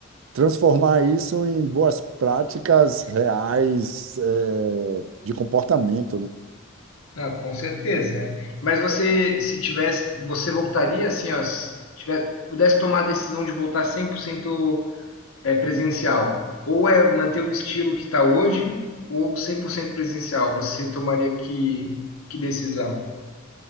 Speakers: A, on the right; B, on the left.
A: transformar isso em boas práticas reais, eh, de comportamento, né?
B: Não, com certeza, né? Mas você, se tivesse, você voltaria assim, ó, se tivesse, pudesse tomar a decisão de voltar 100% é presencial, ou é manter o estilo que está hoje, ou 100% presencial, você tomaria que, que decisão?